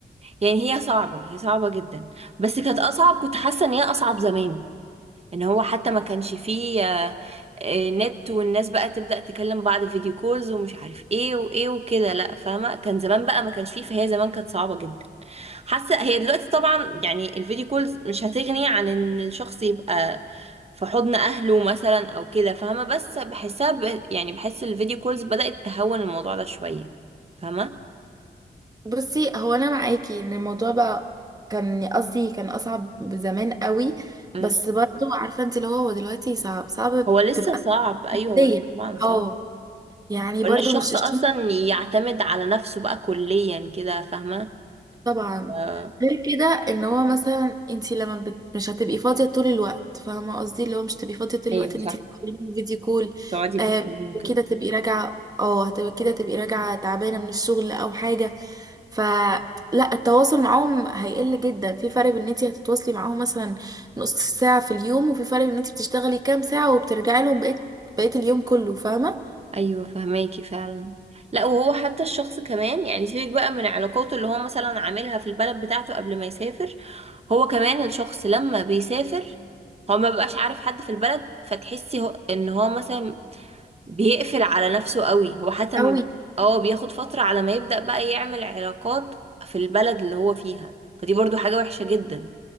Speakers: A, on the right; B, on the right.
A: يعني هي صعبة هي صعبة جدا بس كانت اصعب كنت حاسة ان هي اصعب زمان ان هو حتى ما كانش فيه آه، آه، نت والناس بقى تبدأ تكلم بعض فيديو كولز ومش عارف ايه وايه وكده لا فاهمة كان زمان بقى ما كانش فيه فهي زمان كانت صعبة جدا حاسة هي دلوقتي طبعا يعني الفيديو كولز مش هتغني عن ان الشخص يبقى في حضن اهله مثلا او كده فاهمة بس بحسها ب... يعني بحس الفيديو كولز بدأت تهون الموضوع ده شوية فاهمة
B: بصي هو انا معاكي ان الموضوع بقى كان قصدي كان اصعب زمان قوي
A: مم.
B: بس برضو عارفه انت اللي هو هو دلوقتي صعب صعب بتبقى
A: هو لسه صعب ايوه
B: نفسيا
A: هو لسه طبعا صعب
B: اه يعني برضو
A: ان الشخص
B: مش الشخص
A: اصلا يعتمد على نفسه بقى كليا كده فاهمة
B: طبعا
A: آه،
B: غير كده ان هو مثلا انت لما بت... مش هتبقي فاضيه طول الوقت فاهمه قصدي اللي هو مش تبقي فاضيه طول
A: ايوه
B: الوقت
A: صح
B: ان انت تتكلمي فيديو كول
A: تقعدي تكلميهم
B: آه
A: كده
B: كده تبقي راجعه اه هتبقى كده تبقي راجعه تعبانه من الشغل او حاجه فلا التواصل معاهم هيقل جدا في فرق بين ان انت هتتواصلي معاهم مثلا نص ساعه في اليوم وفي فرق بين ان انت بتشتغلي كام ساعه وبترجعي لهم بقيت بقيت اليوم كله فاهمه
A: ايوه فهماكي فعلا لا وهو حتى الشخص كمان يعني سيبك بقى من علاقاته اللي هو مثلا عاملها في البلد بتاعته قبل ما يسافر هو كمان الشخص لما بيسافر هو ما بقاش عارف حد في البلد فتحسي هو ان هو مثلا بيقفل على نفسه قوي هو حتى
B: قوي
A: ما- اه بياخد فترة على ما يبدأ بقى يعمل علاقات في البلد اللي هو فيها فدي برضو حاجة وحشة جدا